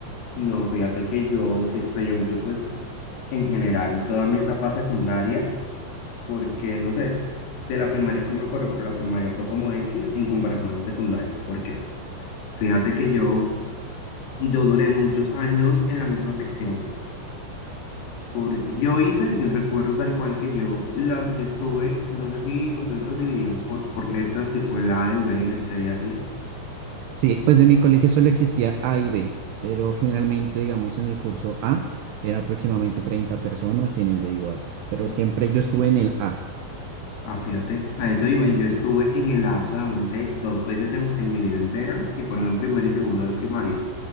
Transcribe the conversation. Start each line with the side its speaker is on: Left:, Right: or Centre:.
Left: No, fíjate que yo sí extraño mucho, pues, en general, toda mi etapa secundaria, porque, no sé, de la primaria sí me acuerdo, pero la primaria fue como X en comparación a la secundaria, porque fíjate que yo, yo duré muchos años en la misma sección. Por, yo hice, yo recuerdo tal cual que yo, la, yo estuve, no sé si ustedes lo dividían por, por letras, tipo el A, el B, el C y así.
Right: Sí, pues en mi colegio solo existía A y B, pero generalmente, digamos, en el curso A era aproximadamente 30 personas y en el B igual, pero
Left: ¿no?
Right: siempre yo estuve en el A.
Left: Ah, fíjate, a eso iba. y Yo estuve en el A solamente dos veces en, en mi vida entera, que fueron en primero y segundo de primaria.